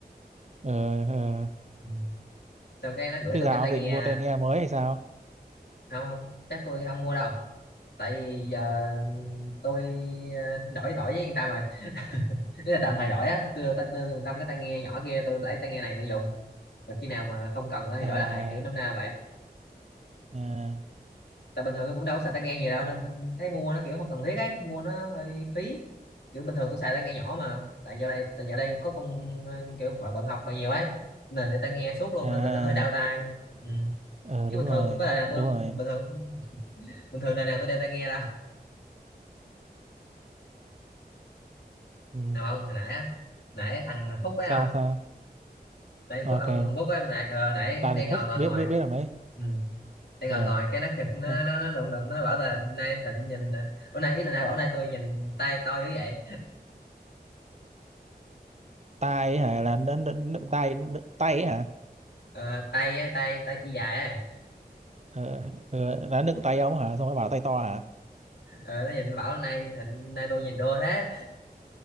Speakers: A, on the right; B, on the left.
A: ờ, ờ.
B: Ừ. xong cái nó gửi
A: thế
B: tôi
A: giờ
B: cái
A: ông
B: tai
A: định
B: nghe
A: mua tai nghe mới hay sao
B: không không chắc tôi không mua đâu tại vì giờ tôi ờ, đổi đổi với yên tâm rồi Ý là tạm thời đổi á tôi tôi đưa yên tâm cái tai nghe nhỏ kia tôi lấy tai nghe này tôi dùng rồi khi nào mà không cần nữa thì
A: à
B: đổi lại kiểu năm na vậy
A: à
B: tại bình thường tôi cũng đâu có xài tai nghe gì đâu
A: n-
B: nên thấy mua nó kiểu không cần thiết ấy mua nó hơi phí kiểu bình thường tôi xài tai nghe nhỏ mà tại giờ đây tại giờ đây có con ờ, kiểu bận, bận học rồi nhiều ấy nên để tai nghe suốt luôn
A: à
B: nên là nó hơi đau tai ừ.
A: ờ
B: chứ
A: đúng
B: bình
A: rồi
B: thường có đời nào
A: đúng
B: tôi
A: rồi
B: bình thường bình thường đời nào tôi đeo tai nghe đâu
A: ừ.
B: nào ông hồi nãy á nãy thằng Phúc phải
A: sao
B: không
A: sao
B: tại
A: ok
B: Phú- ông Hồng Phúc á nãy ờ, nãy
A: Đào
B: đang
A: Đình
B: ngồi
A: Phúc
B: ngồi
A: biết
B: ngồi
A: biết biết làm đấy
B: ừ. đang
A: ờ
B: ngồi ngồi cái nó thiệt nó
A: nó-
B: nó nó đụng đụng nó bảo là nay Thịnh nhìn ờ, bữa nay ý là nay bảo nay tôi nhìn tay to dữ vậy
A: tai ấy hả là nó- nó- nó- tai tai ấy hả
B: ờ, tay á, tay tay y dài ấy.
A: ờ, ờ, đã nựng tay ông hả xong rồi bảo tay to hả
B: Ờ, nó nhìn bảo nay Thịnh nay tôi nhìn đô thế